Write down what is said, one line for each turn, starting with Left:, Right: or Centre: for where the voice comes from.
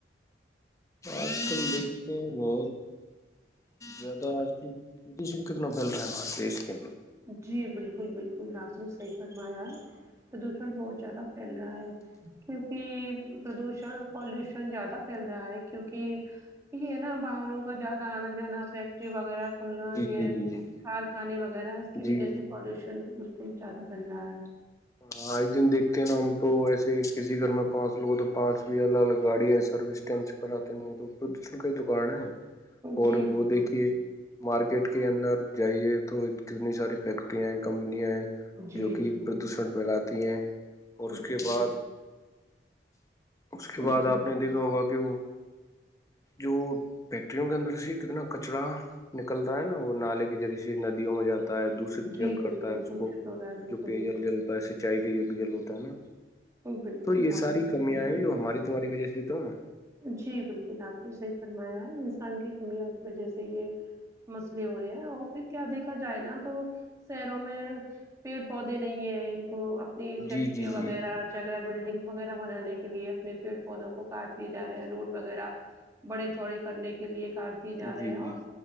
Left: آج کل دیکھتے ہو بہت جد آج شن کتنا بل رہا ہے وہار دیش کے
Right: جی بالکل بالکل آپ نے صحیح فرمایا ہے پردوشن بہت زیادہ چل رہا ہے کیونکہ پردوشن پالوشن زیادہ پھیل رہا ہے کیونکہ یہ نا باہنوں کو زیادہ آنا جانا فیکٹری وغیرہ کھلنا
Left: جی
Right: یہ
Left: جی جی جی
Right: کارخانے وغیرہ اس کی
Left: جی
Right: وجہ سے پالوشن بالکل زیادہ پھیل رہا ہے
Left: ہاں آج دن دیکھتے ہیں نا ہم تو وسے کسی گھر میں پانچ لوگوں تو پانچ بھی الگ الگ گاڑیاں ہیں سروس ٹیم سے کراتے نہیں ہیں تو پردوشن کا ہی تو کار ہے اور
Right: جی
Left: وہ
Right: بالکل
Left: دیکھیے مارکیٹ کے اندر جائیے تو کتنی ساری فیکٹریاں ہیں کمپنیاں ہیں
Right: جی
Left: جو
Right: جی
Left: کہ پردوشن پھیلاتی ہیں اور اس کے
Right: جی
Left: بعد اس کے
Right: جی
Left: بعد آپ نے دیکھا ہوگا کہ وہ جو فیکٹریوں کے اندر سے کتنا کچرا نکلتا ہے نا وہ نالے کی جرییسی ندیوں میں جاتا تا ہے دشت
Right: جی
Left: جل
Right: بالکل
Left: کرتا ہے اس
Right: دوشت
Left: کو
Right: ہو رہا ہے بالکل
Left: جو پی
Right: بالکل
Left: جل جلتا ہے سینچائی کے یوگ جل ہوتا ہے نا
Right: بالکل
Left: تو یہ
Right: آپ
Left: ساری
Right: نے صحیح
Left: کمیاں
Right: کیا
Left: ہیں جو ہماری تہاری وجہ سے تو نا
Right: جی بالکل آپ نے صحیح فرمایا ہے انسان کی کمیوں کی وجہ سے یہ مسلے ہو رہے ہیں اور پھر کیا دیکھا ج ج نا تو شہروں میں پیڑ پودے نہیں ہے ان کو اپ فیکٹری
Left: جی جی
Right: وغیرہ
Left: جی
Right: جگہ بلڈنگ وغیرہ بنانے کے لیے اپنے پیڑ پودوں کو کاٹ دیے جا رہے ہیں روڈ وغیرہ بڑے چوڑے کرنے کے لیے کاٹ دیے جا
Left: جی
Right: رہے ہیں
Left: جی
Right: اور
Left: جی